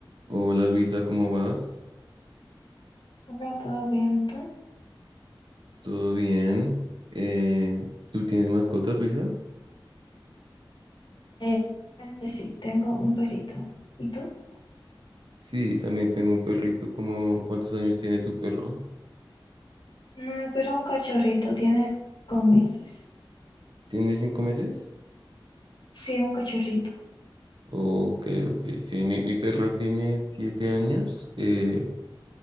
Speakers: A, on the right; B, on the left.
A: Hola Luisa, ¿cómo vas?
B: Hola, ¿todo bien? ¿Tú?
A: ¿Todo bien? Eh, ¿tú tienes mascotas, Luisa?
B: Eh, eh, sí, tengo un perrito. ¿Y tú?
A: Sí, también tengo un perrito. ¿Cómo, cuántos años tiene tu perro?
B: No, eh, pero un cachorrito, tiene cinco meses.
A: ¿Tiene cinco meses?
B: Sí, un cachorrito.
A: Ok, ok. Sí, mi, mi perro tiene siete años. eh,